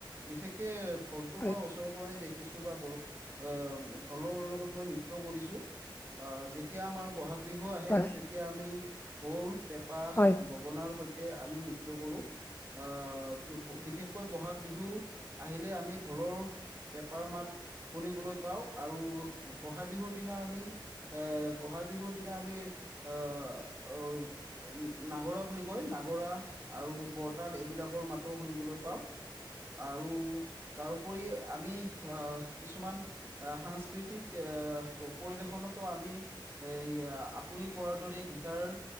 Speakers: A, on the right; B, on the left.
A: বিশেষকে ঢোলটো
B: হয়
A: মই ওচৰৰ পৰাই দেখিছো বা ব- অ, ঢোলৰ লগত মই নৃত্যও কৰিছোঁ, আ যে তিয়া আমাৰ বহাগ বিহু আহে
B: হয়
A: তেতিয়া আমি ঢোল পেঁপা
B: হয়
A: গ- গণাৰ সৈতে আমি নৃত্য কৰোঁ। অ বিশেষ - কৈ বহাগ বিহু আহিলে আমি ঢোলৰ, পেপাৰ মাত- শুনিবলৈ পাওঁ আৰু গোঁসাঁই বিহুৰ দিনা আমি - এ গোঁসাই বিহুৰ দিনা আমি আহ আহ নাগৰা বুলি কয় নাগৰা আৰু বৰতাল এইবিলাকৰ মাতো শুনিবলৈ পাওঁ। আৰু তাৰো ওপৰি আমি আ কিছুমান - আ সাংস্কৃতিক আ পৰিৱেশনতো আমি- এইয়া আপুনি কোৱাৰ দৰে গীটাৰ-